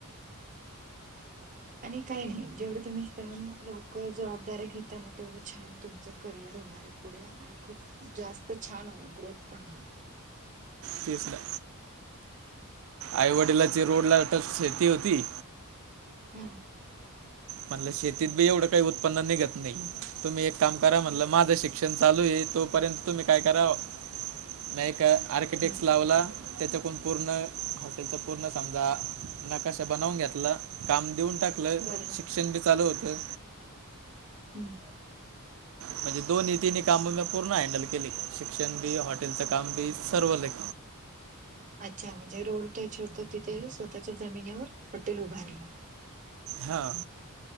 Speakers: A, on the right; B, on the right.
A: आणि काही नाही, जेवढं तुम्ही. त्यामुळं लवकर जबाबदाऱ्या घेताना तेवढ छान तुमचं करियर होणार आहे पुढे. <unintelligible> आणि खूप जास्त छान ग्रोथ पण होणार.
B: तेच ना, आई वडिलाची रोडला टच शेती होती.
A: हम्म.
B: म्हणलं शेतीत बी एवढं काही उत्पन्न निघत नाही, तुम्ही एक काम करा म्हणलं
A: बरोबर
B: माझं शि शिक्षण चालू आहे, तोपर्यंत तुम्ही काय करा मै एक आर्किटेक्ट
A: हम्म
B: लावला. त्याच्याकून पूर्ण हॉटेलचं पूर्ण समजा नाकाशा बनवून घेतला, काम देऊन टाकलं
A: बरोबर
B: शिक्षण बी चालू होतं.
A: हम्म.
B: म्हणजे दोन्ही तिन्ही काम मी पूर्ण हँडल केले, शिक्षण बी हॉटेलचं काम बी सर्व लेक.
A: अच्छा म्हणजे, रोड टच होत तिथे स्वतःच्या जमिनीवर हॉटेल उभारलं.
B: हां.